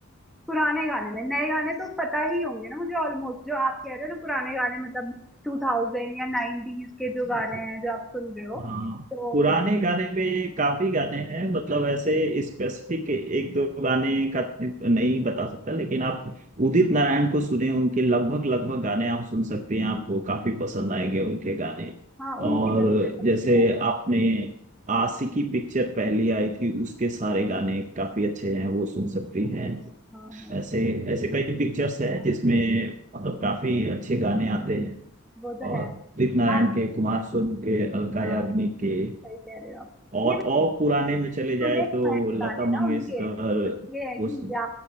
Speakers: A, in the centre; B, on the right (about 35°).
A: पुराने गाने में नए गाने तो पता ही होंगे ना मुझे ऑलमोस्ट जो आप कह रहे हो तो पुराने गाने मतलब 2000 या 90s के
B: गाने
A: जो गाने हैं जो आप सुन रहे हो
B: हाँ
A: तो
B: पुराने
A: एक
B: गाने में काफी गाने हैं मतलब ऐसे स्पेसिफिक एक दो गाने का नहीं बता सकता लेकिन आप उदित नारायण को सुने उनके लगभग लगभग गाने आप सुन सकते हैं आपको काफी पसंद आएंगे उनके गाने
A: हाँ उनके
B: और
A: तो थोड़े पसंद
B: जैसे
A: हैं
B: आपने आशिकी पिक्चर पहली आई थी उसके सारे गाने काफी
A: हाँ
B: अच्छे हैं वो सुन सकती
A: हाँ
B: हैं ऐसे ऐसे कई पिक्चर्स हैं
A: हाँ,
B: जिसमें मतलब काफी अच्छे गाने आते हैं
A: वो तो
B: और
A: है
B: उदित नारायण
A: आज
B: के कुमार सोनू के अलका
A: हाँ
B: याग्निक
A: सही
B: के
A: कह रहे हो आप
B: और
A: ये
B: और पुराने में चले जाए
A: सुने तो
B: तो
A: हैं
B: लता
A: गाने
B: मंगेशकर
A: ना उनके बट ये है कि
B: उस
A: या,